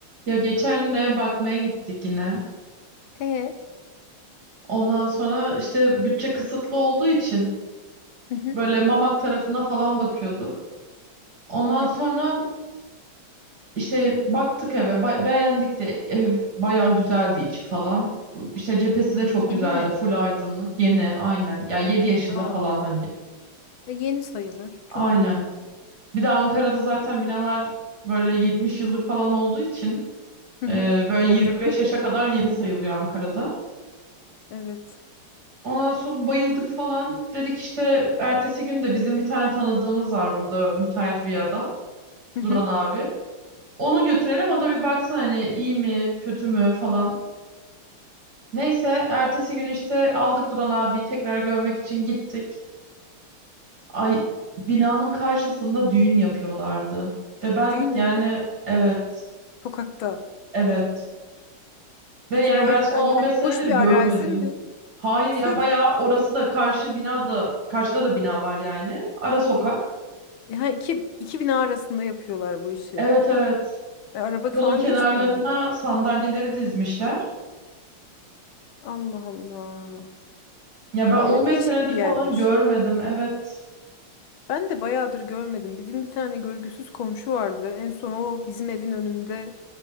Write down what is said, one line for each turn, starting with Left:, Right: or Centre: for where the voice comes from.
Right: Ya geçen gün ev bakmaya gittik yine.
Left: E,
Right: Ondan sonra işte bütçe kısıtlı olduğu için
Left: hı hı,
Right: böyle Mamak tarafına falan bakıyorduk. Ondan
Left: hı
Right: sonra
Left: hı.
Right: işte baktık eve, ba- beğendik de ev bayağı güzeldi içi falan. İşte cephesi de çok
Left: Yeni
Right: güzeldi,
Left: mi?
Right: full aydınlık, yeni aynen. Yani yedi yaşında
Left: Aa,
Right: falan hani
Left: e, yeni sayılır.
Right: aynen.
Left: Çok iyi.
Right: Bir de Ankara'da zaten binalar böyle 70 yıllık falan olduğu için
Left: Hı hı,
Right: e, böyle
Left: doğru.
Right: 25
Left: <laughs>
Right: yaşa kadar yeni sayılıyor Ankara'da.
Left: Evet.
Right: Ondan sonra bayıldık falan. Dedik işte ertesi gün de bizim bir tane tanıdığımız var burada müteahhit bir adam.
Left: Hı hı.
Right: Duran abi. Onu götürelim o da bir baksın hani iyi mi kötü mü falan. Neyse ertesi gün işte aldık Duran abiyi tekrar görmek için gittik. Ay binanın karşısında düğün yapıyorlardı. Ve ben
Left: Düğün
Right: yani
Left: mü?
Right: evet
Left: Sokakta.
Right: evet. Ve
Left: Peki
Right: yani
Left: böyle
Right: ben son
Left: yani
Right: 15 senedir
Left: boş
Right: görmedim.
Left: bir arazi mi?
Right: Hayır
Left: Yoksa
Right: ya bayağı orası da karşı binada karşıda da bina var yani. Ara sokak.
Left: ha, iki, iki bina arasında yapıyorlar bu işi.
Right: Evet evet.
Left: E, araba falan
Right: Yolun kenarlarına
Left: geçmiyor mu?
Right: sandalyeleri dizmişler.
Left: Allah Allah.
Right: Ya ben
Left: Ulan
Right: 15
Left: ne değişik
Right: senedir
Left: bir yermiş.
Right: falan görmedim. Evet.
Left: Ben de bayağıdır görmedim. Bizim bir tane görgüsüz komşu vardı. En son o bizim evin önünde.